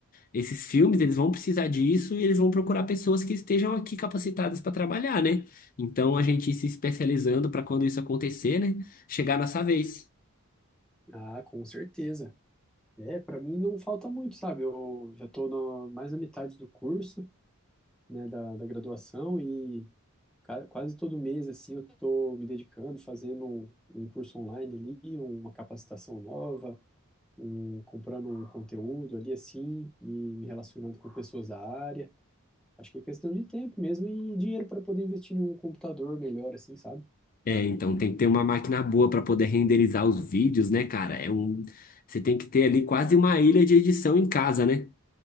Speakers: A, on the left; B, in the centre.
A: esses filmes, eles vão precisar disso e eles vão procurar pessoas que estejam aqui capacitadas para trabalhar, né? Então a gente ir se especializando para quando isso acontecer, né, chegar a nossa vez.
B: Ah, com certeza. É, para mim não falta muito, sabe? Eu já estou mais na metade do curso, né, da, da graduação e ca- quase todo mês, assim, eu estou me dedicando, fazendo um, um curso online ali, uma capacitação nova, um, comprando um conteúdo ali, assim, me, me relacionando com pessoas da área. Acho que é questão de tempo mesmo e dinheiro para poder investir em um computador melhor, assim, sabe?
A: É, então tem que ter uma máquina boa para poder renderizar os vídeos, né, cara? É um, você tem que ter ali quase uma ilha de edição em casa, né?